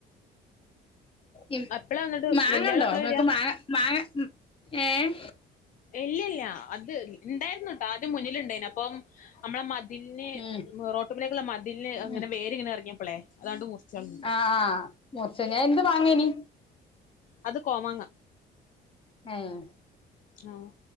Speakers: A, on the left (about 30°); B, on the left (about 50°).
A: ഉം
B: എപ്പളാ വന്നിട്ട്
A: മാങ്ങണ്ടോ
B: വല്യാള് എപ്പളാ
A: ങ്ങക്ക്
B: വരാ
A: മാങ്ങ മാങ്ങ ഉം ഏഹ്.
B: ഇല്ല്യ ല്ല അത് ണ്ടായിര്ന്നുട്ടോ. ആദ്യം മുന്നില്ണ്ടെയ്ന. പ്പം അമ്മളെ മതില്ന്,
A: ഉം
B: റോട്ട്മ്മലേക്ക്ള്ള മതില്ന് അങ്ങനെ
A: ഉം
B: വേര്ങ്ങനെ ർങ്ങിയപ്പളെ, അതാണ്ട് മുറിച്ചൾഞ്.
A: ആഹ് ആ. മുർചയ്ഞ് അ എന്ത് മാങ്ങേനി?
B: അത് കോമാങ്ങ.
A: ഏഹ്.
B: ആഹ്